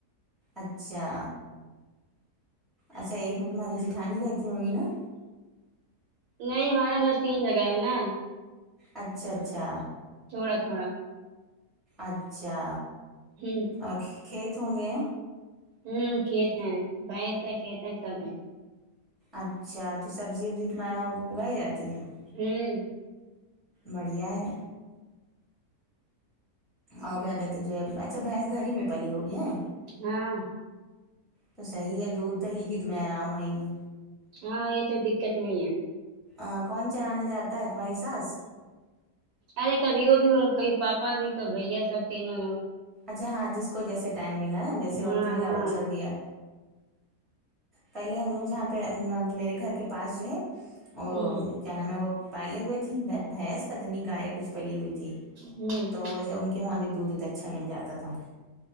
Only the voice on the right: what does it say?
نہیں ہمارے گھر تین جگہ ہے نا
تھوڑا تھوڑا
ہوں
ہوں کھیت ہیں بیس ہے کھیت ہیں سب ہے
ہوں
ہاں
ہاں یہ تو دقت نہیں ہے
ارے کبھی وہ بھی ہو کبھی پاپا بھی کبھی بھیا سب تینوں لوگ
ہاں
ہاں
ہوں
ہوں